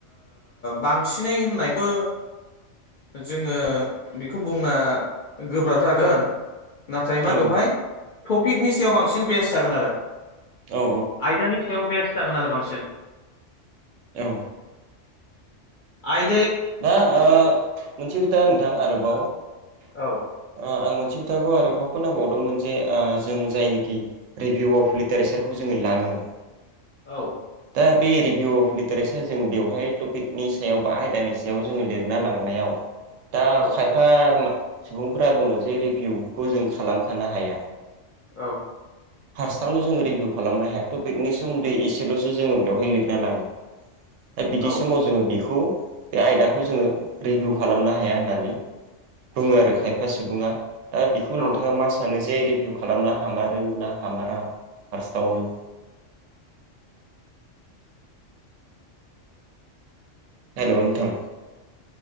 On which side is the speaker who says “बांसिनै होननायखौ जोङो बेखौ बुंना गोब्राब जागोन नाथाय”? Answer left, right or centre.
Left